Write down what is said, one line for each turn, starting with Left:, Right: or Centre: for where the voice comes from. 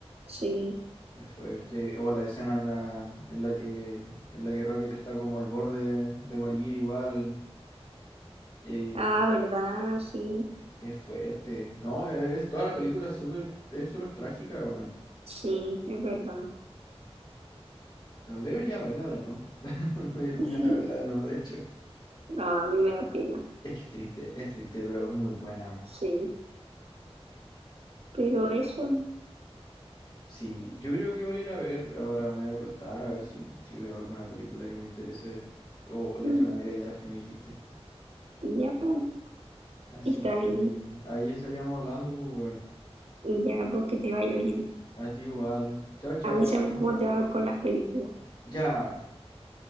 Right: sí.
Left: Es fuerte. O la escena en la, en la que, en la que Rocket está como al borde de, de morir igual. eh,
Right: Ah, verdad, sí,
Left: es fuerte. No, e-, es, toda la película es súper, es súper trágica, weón.
Right: sí, es verdad.
Left: Pero Debería verla de nuevo. <laughs> Me dieron
Right: <laughs>
Left: ganas de verla de nuevo, de hecho.
Right: No, a mí me da pena,
Left: Es que es triste, es triste, pero es muy buena.
Right: sí. Pero eso,
Left: Sí, yo creo que voy a ir a ver, ahora me voy a ir a acostar a ver si, si veo alguna película que me interese. O, o le
Right: mm,
Left: echo una mirada de las que me dijiste.
Right: ya pues,
Left: Así
Right: está
Left: que
Right: bien,
Left: ahí estaríamos hablando, pues, weón.
Right: ya pues que te vaya bien.
Left: A ti igual. Chao, chao.
Right: Avísame cómo te va con las películas.
Left: Ya.